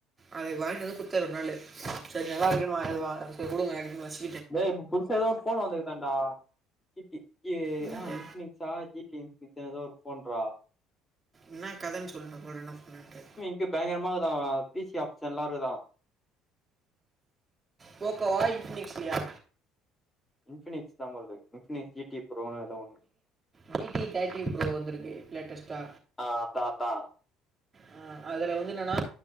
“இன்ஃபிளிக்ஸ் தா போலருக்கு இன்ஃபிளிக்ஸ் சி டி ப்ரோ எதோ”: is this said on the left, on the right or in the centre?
Left